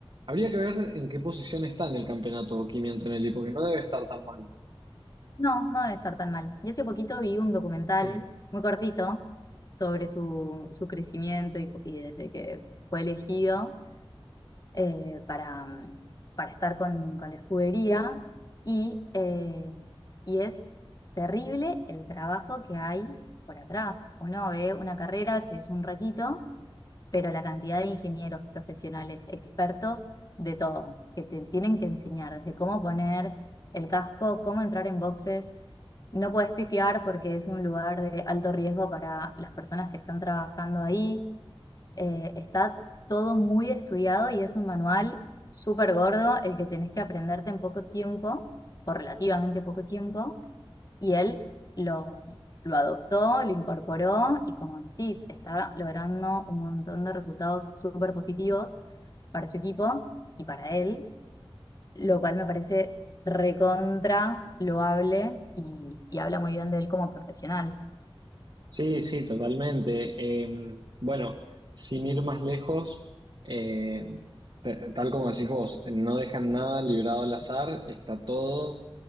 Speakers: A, on the right (about 60°); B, on the left (about 40°).
A: habría que ver en qué posición está en el campeonato Kimi Antonelli, porque no debe estar tan mal.
B: No, no debe estar tan mal. Y hace poquito vi un documental
A: <clears throat>
B: muy cortito sobre su, su crecimiento y, y desde que fue elegido eh, para, mm, para estar con, con la escudería. Y, eh, y es terrible el trabajo que hay por atrás. Uno ve una carrera que es un ratito, pero la cantidad de ingenieros profesionales, expertos de todo, que te tienen que enseñar desde cómo poner el casco, cómo entrar en boxes no puedes pifiar porque es un lugar de alto riesgo para las personas que están trabajando ahí. Eh, está todo muy estudiado y es un manual súper gordo el que tenés que aprenderte en poco tiempo, o relativamente poco tiempo, y él lo, lo adoptó, lo incorporó y como decís, está logrando un montón de resultados súper positivos para su equipo y para él lo cual me parece recontra loable y, y habla muy bien de él como profesional.
A: Sí, sí, totalmente. Eh, bueno, sin ir más lejos, eh, t- tal como decís vos, no dejan nada librado al azar, está todo